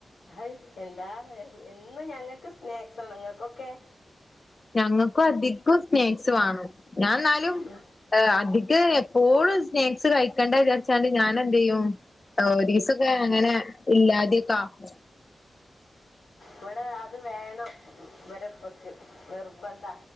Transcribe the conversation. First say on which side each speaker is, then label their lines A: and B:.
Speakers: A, on the left; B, on the left.
A: ആഹ് എന്താ എന്നും ഞങ്ങൾക്ക് സ്നാക്സണ് നിങ്ങൾക്കൊക്കെ
B: ഞങ്ങക്കും അധികം സ്നേക്സ് വേണം ഞാൻ എന്നാലും
A: ഉം
B: അധിക്ക എപ്പോഴും സ്നാക്സ് കഴിക്കേണ്ട വിചാരിച്ചാണ്ട് ഞാൻ എന്ത്യ്യും ആ ഓരിസൊക്കെ അങ്ങനെ ഇല്ലാതെ കാക്കും.
A: ഇവിടെ അത് വേണം, ഇവരിപ്പക്ക് നിർബന്ധ.